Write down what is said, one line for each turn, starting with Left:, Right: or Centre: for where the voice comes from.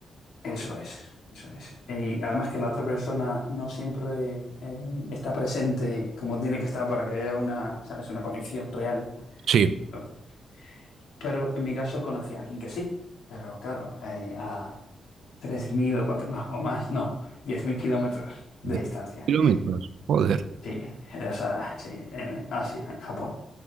Left: Eso es, eso es. Y además que la otra persona no siempre eh, está presente como tiene que estar para que haya una, ¿sabes? una conexión real.
Right: Sí.
Left: Entonces, Pero en mi caso conocí a alguien que sí, pero claro, eh, a 3.000 o, cuatro- no, o más, no, 10.000 kilómetros de
Right: Diez
Left: distancia.
Right: Kilómetros, joder.
Left: Sí, esa, sí, en Asia, en Japón.